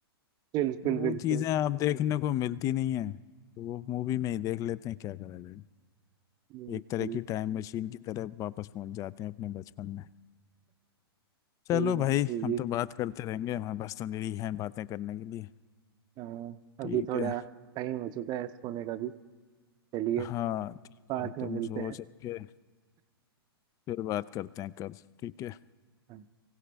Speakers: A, on the right (about 30°); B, on the left (about 25°).
A: बिल्कुल
B: तो वो
A: बिल्कुल
B: चीज़ें अब देखने को मिलती नहीं है तो वो मूवी में ही देख लेते हैं क्या करा जाए
A: बिल्कुल
B: एक तरह की टाइम मशीन की तरह वापस पहुंच जाते हैं अपने बचपन में चलो
A: सही
B: भाई
A: बात है
B: हम
A: जी
B: तो बात करते रहेंगे हमारे पास तो निरी हैं बातें करने के लिए
A: अ,
B: ठीक
A: अभी थोड़ा
B: है
A: टाइम हो चुका है सोने का भी चलिए
B: हाँ ठीक
A: बाद
B: है
A: में
B: तुम
A: मिलते
B: सोच
A: हैं
B: के फिर बात करते हैं कल ठीक है
A: हाँ।